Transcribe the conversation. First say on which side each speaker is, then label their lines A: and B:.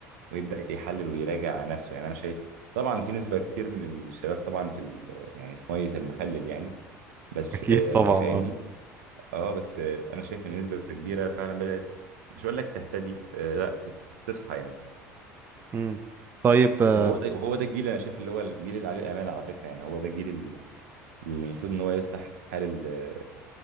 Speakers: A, on the right; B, on the right.
A: ويبدأ يحلل ويراجع نفسه يعني أنا شايف طبعا في نسبة كتير من الشباب طبعا في ال- يعني في مية المخلل يعني بس
B: أكيد
A: آه،
B: طبعا
A: انت فاهمني
B: اه
A: اه بس آه، انا شايف ان نسبه كبيره فعلا بدات مش هقول لك تهتدي آه، لا تص- تصحى يعني
B: مم. طيب آه،
A: وهو ده وهو ده الجيل اللي انا شايف اللي هو الجيل اللي عليه الامال على فكره يعني هو ده الجيل ال- اللي المفروض ان هو يصلح حال ال-